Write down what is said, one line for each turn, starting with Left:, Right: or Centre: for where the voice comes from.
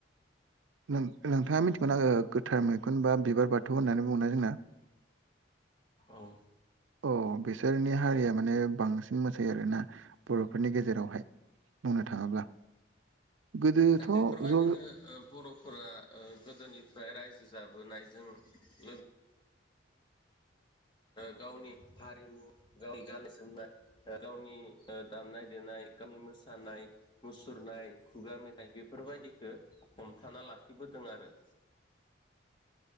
Right: नों नोंथाङा मिनथिगौना ओ गोथार मैखुन बा बिबार बाथौ होननानै बुङोना जोंना <inaudible>
Left: औ।
Right: अ बेसोरनि हारिया माने बांसिन मोसायो आरोना बर'फोरनि गेजेरावहाय। बुंनो थाङोब्ला गोदोथ'
Left: दा बेफोरबायदिनो
Right: ज' ज'
Left: बर' फोरा गोदोनिफ्राय रायजो जाबोनायजों लोगो गावनि हारिमु गावनि गाननाय जोमनाय गावनि दामनाय देनाय गामि मोसानाय मुसुरनाय खुगा मेथाइ बेफोरबायदिखौ हमथाना लाखिबो बोदों आरो
Right: <inaudible>